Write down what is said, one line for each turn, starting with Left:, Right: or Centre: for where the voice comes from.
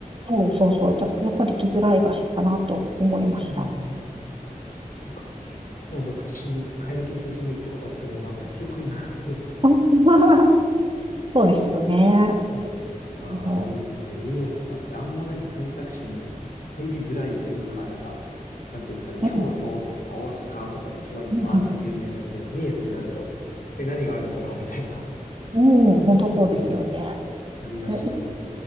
Right: そうそうそう。たやっぱり来づらい場所かなと思いました。
Left: うんうん。僕結構昔に一回だけ伊勢神宮行ったことあるんですけど、もう全く記憶になくて。
Right: <laughs> そうですよね。
Left: そうなんですよね。ああ、
Right: あの、
Left: いいですね。三重とかってあんまなんか選択肢に入りづらいというか、なんか、なんていうんですかね、京都とか大阪とかとすごいバーンって有名ですけど、
Right: うん、うん、
Left: 三重ってなると、え、何があるんだろうみたいな。
Right: うん本当そうですよね。
Left: 感じになりがちなので。
Right: でい